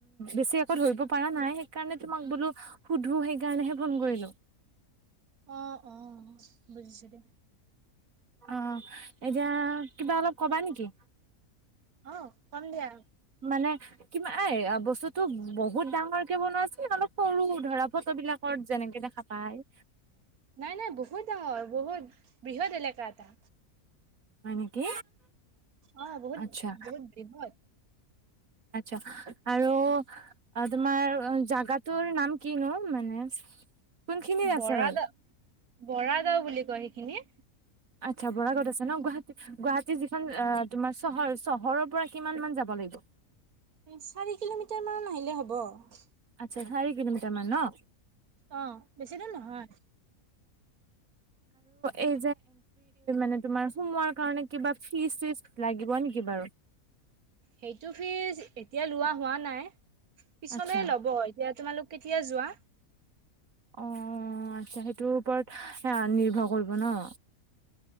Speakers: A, on the right; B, on the right.
A: বেছি আকৌ ধৰিব পৰা নাই সেইকাৰণে তোমাক বোলো সুধো সেইকাৰণেহে ফোন কৰিলো
B: অ' অ' বুজিছো দ
A: অ' এতিয়া কিবা অলপ কবা নেকি
B: অ' কম দিয়া।
A: মানে কি এ বস্তুতটো বহুত ডাঙৰ কে বনোৱাছিল অলপ সৰু ধৰা ফটো বিলাক ঘৰত যেনেকে দেখা পায়। হয়।
B: নাই নাই বহুত ডাঙৰ বহুত বৃহৎ এলেকা এটা
A: হয় নেকি
B: অ বহুত
A: আচ্ছা।
B: বহুত বৃহৎ
A: আচ্ছা আৰু তোমাৰ জাগাটোৰ নাম কিনো মানে। কোনখিনিত
B: বৰা
A: আছে বাৰু।
B: গাঁও বৰা গাঁও বুলি কয় সেইখিনি
A: আচ্ছা বৰাগত আছে ন গুৱ গুৱাহাটী যিখন তোমাৰ চহৰ চহৰৰ পৰা কিমান মান যাব লাগিব
B: চাৰি কিলোমিটাৰ মান আহিলে হ'ব। হ'ব।
A: আ চাৰি কিলোমিটাৰ মান ন
B: অ' বেছিদিন নহয়।
A: এই আৰু যে কিবা ফিচ চিত লাগিব নেকি বাৰু
B: সেইটো ফিচ এতিয়া লোৱা হোৱা নাই। পিছলেহে
A: আচ্ছা
B: লব এতিয়া তোমালোক। কেতিয়া যোৱা
A: অ আচ্ছা সেইটোৰ ওপৰত নিৰ্ভৰ কৰিব ন।